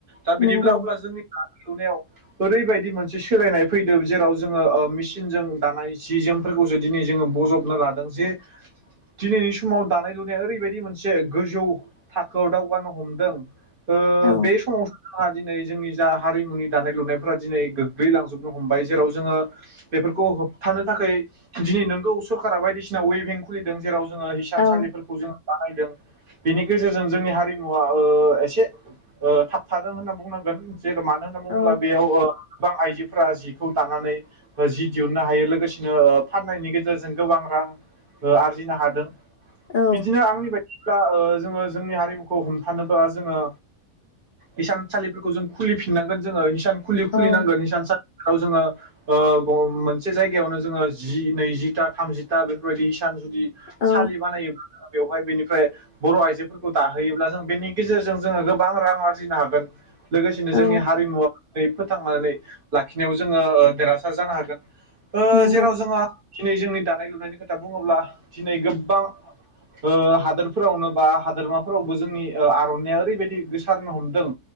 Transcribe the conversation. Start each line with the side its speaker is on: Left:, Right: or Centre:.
Right: दा बिदिब्ला
Left: नंगौ
Right: अब्ला जोंनिया लुनायाव ओरैबायदि मोनसे सोलायनाय फैदों जेराव जोङो ओ मेसिनजों दानाय जि जोमफोरखौ जों दिनै जोङो बज'बनो लादों जे दिनैनि समाव दानाय लुनाया ओरैबायदि मोनसे गोजौ थाखोआव दावगानो हमदों ओ
Left: औ
Right: बे समाव हा दिनै जोंनि जा हारिमुनि दानाय लुनायफोरा दिनै गोग्लैलांजोबबाय जेराव जोङो बेफोर खौ होबथानो थाखै दिनै नोंगौ सरकारा बायदिसिना वेवबिं खुलिदों जेराव जोङो हिसानसालिफोरखौ
Left: औ
Right: जोङो बानायदों बेनि गेजेरजों जोंनि हारिमुवा ओ एसे ओ थाबथादों होनना बुंनांगोन जे मानो होनना बुङोब्ला
Left: औ
Right: बेयाव ओ गोबां आइजोफोरा जिखौ दानानै ओ जि दिहुननो हायो लोगोसेनो फाननायनि गेजेरजों गोबां रां ओ आरजिनो हादों
Left: औ
Right: बिदिनो आंनि बायदि दा ओ जोङो जोंनि हारिमुखौ हमथानोबा जोङो हिसानसालिफोरखौ जों खुलिफिनांगोन जोङो हिसान खुलि
Left: औ
Right: खुलिनांगोन इसान सालिफोराव जोङो ओ मोनसे जायगायावनो जोङो जि नैजिथा थामजिथा बेफोरबायदि इसान जुदि
Left: औ
Right: सालि बानायोब्ला बेवहाय बेनिफ्राय बर' आइजोफोरखौ दाहोयोब्ला जों बेनि गेजेरजों जोङो गोबां रां आरजिनो हागोन लोगोसेनो
Left: औ
Right: जोंनि हारिमुवा दिनै फोथांनानै लाखिनायाव जोङो देरहासार जानो हागोन ओ
Left: नोंगौ
Right: जेराव जोङो दिनै जोंनि दानाय लुनायनि खोथा बुङोब्ला दिनै गोबां ओ हादोरफोरावनो बा हादोरमाफोरावबो जोंनि आर'नाइया ओरैबायदि गोसारनो हमदों